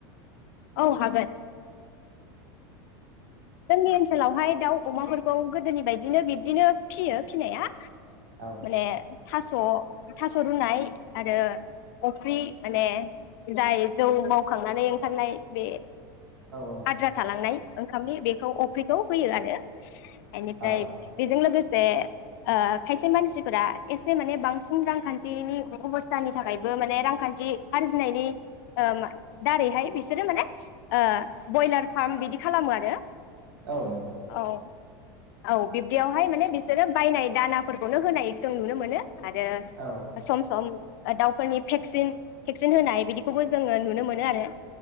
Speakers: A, on the left; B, on the right.
A: औ हागोन जोंनि ओनसोलावहाय दाउ अमाफोरखौ गोदोनि बायदिनो बिब्दिनो फिसियो फिसिनाया
B: औ
A: माने थास' थास' रुनाय आरो अफ्रि माने जाय जौ मावखांनानै ओंखारनाय बे
B: औ
A: आद्रा थालांनाय ओंखामनि बे औ अफ्रिखौ फैयो आरो आइनिफ्राय
B: औ
A: बिजों लोगोसे जे ओ खायसे मानसिफोरा एसे माने बांसिन रांखान्थिनि अबस्थानि थाखायबो माने रांखान्थि आरजिनायनि ओ मा दारैहाय बिसोरो माने ओ बयलार फार्म बिदि खालामो आरो
B: औ नंगौ
A: औ औ बिब्दियावहाय माने बिसोरो बायनाय दानाफोरखौनो होनाय जों नुनो मोनो आरो
B: औ
A: सम सम दावउफोरनि भेक्सिन भेक्सिन होनाय बिदिखौबो जोङो नुनो मोनो आरो